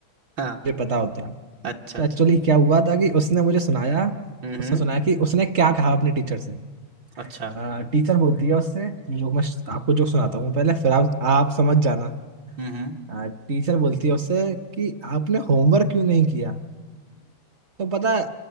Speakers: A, on the right; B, on the right.
A: हाँ
B: पता होता
A: अच्छा
B: तो
A: अच्छा
B: एक्चुअली क्या हुआ था कि उसने मुझे सुनाया
A: हम्म
B: उसने
A: हम्म,
B: सुनाया कि उसने क्या कहा अपने टीचर से
A: अच्छा
B: आ, टीचर बोलती है उससे ये जोक मैं आपको जोक सुनाता हूँ पहले फिर आप आप समझ जाना
A: हम्म हम्म
B: आ, टीचर बोलती है उससे कि आपने होमवर्क क्यों नहीं किया तो पता है,